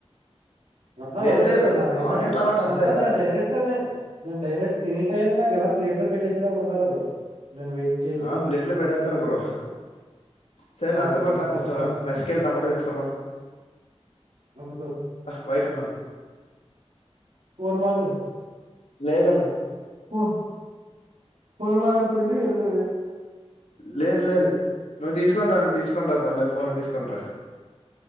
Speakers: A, on the right; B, on the left.
A: ఆ హ
B: లేదు
A: వద్దు
B: లేదు
A: నాకైనా
B: ఆనియన్ టమాటా అంతేరా
A: అంటే నేను డైరెక్ట్ నేను డైరెక్ట్ తిన టైమ్ నాకలా ప్లేట్ లో పెట్టేసే లాగా ఉండాల బ్రో నేను వెయిట్ చేసి
B: ఆ ప్లేట్ లో
A: ఇవన్ని
B: పెడేస్తారు
A: వద్దు
B: బ్రో
A: కష్టం
B: సరే
A: నాకు
B: నాతో
A: ఇవన్నీ
B: పాటు రా
A: కష్టం
B: కొంచం
A: అయిపోతున్నాయి
B: మెస్ కెళ్ళి టమాట తెచ్చుకుందాం
A: ఎందుకు వద్దు
B: బయటవున్నా
A: ఫోన్ మాటలు
B: లేదన్న
A: పో ఫోన్ మాట్లాడుతుండు ఎళ్లు
B: లేదు లేదు నువ్వు తీసుకోని రా నువ్వు తీసుకోని రా పర్లేదు ఫోన్ తీసుకొనిరా